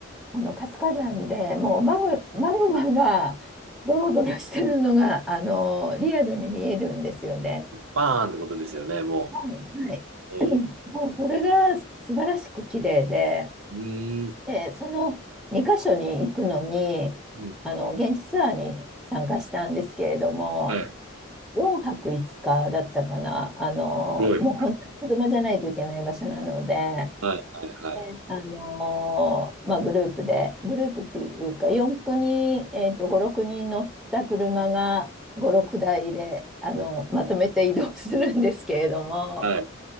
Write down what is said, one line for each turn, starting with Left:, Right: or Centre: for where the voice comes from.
Centre: あの活火山でもうマグ、マグマがドロドロしてるのがあのリアルに見えるんですよね。
Right: バーンってことですよね、も
Centre: はいはい、
Right: う。えー、
Centre: <clears throat> もうそれが素晴らしく綺麗で、
Right: うーん。
Centre: で、その2箇所に行くのにあの現地ツアーに参加したんですけれども
Right: うんはい。
Centre: 4泊5日だったかなあのもう本当に車じゃないといけない場所なので。
Right: すごい。はい、はい、はい。
Centre: であのーまあ、グループで、グループっていうか、4、9人、えっと、5、6人乗った車が5、6台で、あの、
Right: ね
Centre: まとめて移動するんですけれども、
Right: はい。